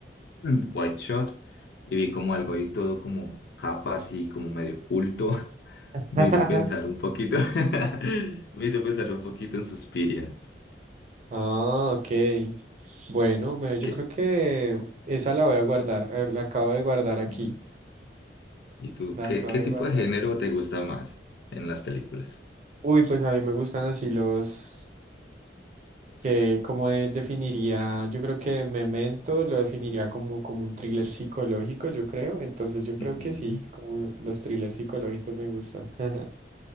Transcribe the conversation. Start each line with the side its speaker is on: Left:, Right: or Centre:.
Left: mm, Wide Shot, y vi como algo ahí todo como capas y como medio oculto. <laughs>
Right: <laughs>
Left: Me hizo pensar un poquito, <laughs> me hizo pensar un poquito en Suspiria.
Right: Ah, ok. Bueno, me- yo
Left: ¿Qué?
Right: creo que esa la voy a guardar. eh, La acabo de guardar
Left: Ujú.
Right: aquí.
Left: ¿Y tú,
Right: La
Left: qué,
Right: acabo
Left: qué
Right: de
Left: tipo
Right: guardar.
Left: de género te gusta más en las películas?
Right: Uy, pues a mí me gustan así los que, como de- definiría, yo creo que Memento lo definiría como, como un thriller psicológico, yo creo. Entonces yo creo
Left: Ujú.
Right: que sí, como los thrillers psicológicos me gustan. <laughs>